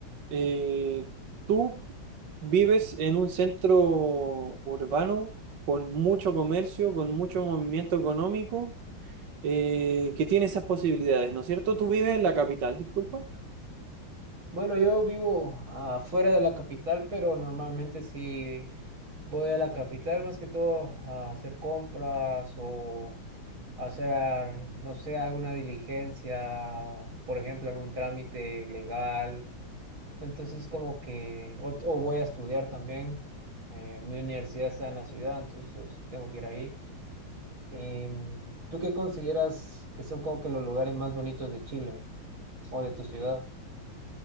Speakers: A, on the right; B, on the right.
A: Eh, ¿tú vives en un centro urbano con mucho comercio, con mucho movimiento económico, eh, que tiene esas posibilidades, ¿no es cierto? ¿Tú vives en la capital, disculpa?
B: Bueno, yo vivo afuera de la capital, pero normalmente sí voy a la capital más que todo a hacer compras o hacer, no sé, alguna diligencia, por ejemplo, algún trámite legal. Entonces, como que, o, o voy a estudiar también. Eh, mi universidad está en la ciudad, entonces tengo que ir ahí. Em, ¿tú qué consideras que son como que los lugares más bonitos de Chile o de tu ciudad?